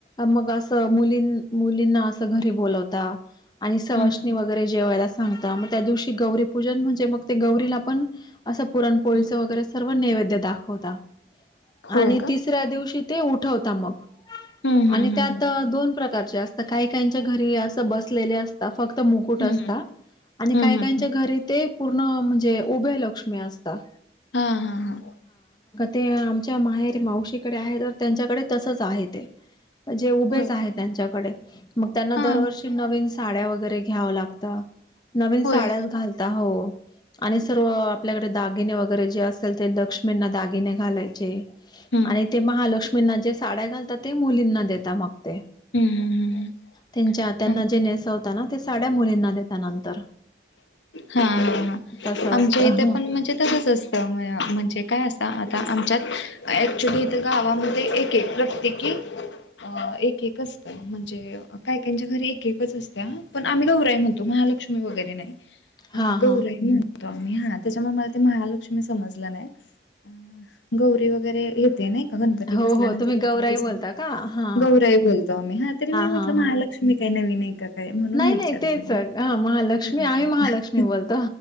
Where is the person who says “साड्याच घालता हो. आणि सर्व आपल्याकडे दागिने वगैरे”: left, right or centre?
Left